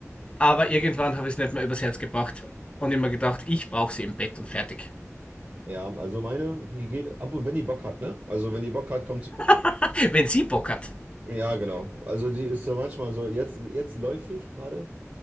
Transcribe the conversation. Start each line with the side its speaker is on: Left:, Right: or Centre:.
Left: Aber irgendwann habe ich es nicht mehr übers Herz gebracht und immer gedacht, ich brauche sie im Bett und fertig.
Right: ja, also meine, die geht ab und wenn die Bock hat, ne? Also, wenn die Bock hat, kommt sie.
Left: <laughs> Wenn sie Bock hat.
Right: Ja, genau. Also, die ist so manchmal so, jetzt, jetzt läufig gerade.